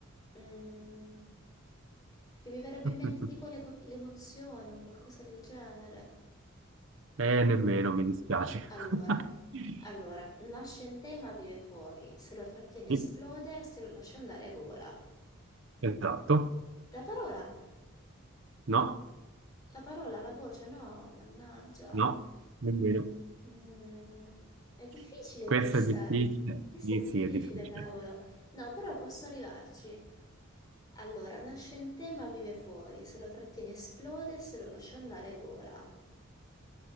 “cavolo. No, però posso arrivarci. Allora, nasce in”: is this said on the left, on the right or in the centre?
Left